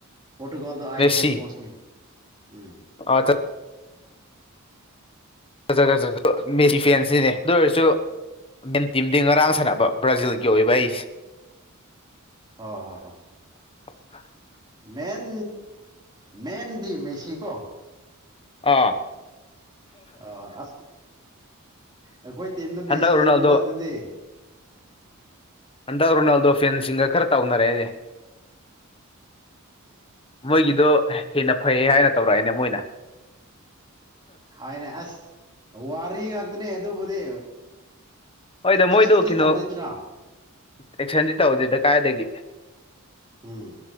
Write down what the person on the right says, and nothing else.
ꯄꯣꯔꯇꯨꯒꯜꯗꯣ ꯑꯥꯏ
ꯍꯦꯠ ꯃꯣꯁꯂꯤ ꯎꯝ
ꯑꯣ ꯍ ꯍ
ꯃꯦꯟ ꯃꯦꯟꯗꯤ ꯃꯦꯁꯤꯀꯣ
ꯑꯣ ꯑꯁ ꯑꯩꯈꯣꯏ ꯇꯤꯝꯗ ꯃꯦꯠꯁꯤ
ꯌꯥꯝꯃꯤꯗ ꯑꯗꯨꯗꯤ
ꯍꯥꯏꯅꯦ ꯑꯁ ꯋꯥꯔꯤ ꯉꯥꯛꯇꯅꯦ ꯑꯗꯨꯕꯨꯗꯤ
ꯑꯦꯛꯁꯟꯗꯤ
ꯇꯧꯗꯦꯗꯅ
ꯎꯝ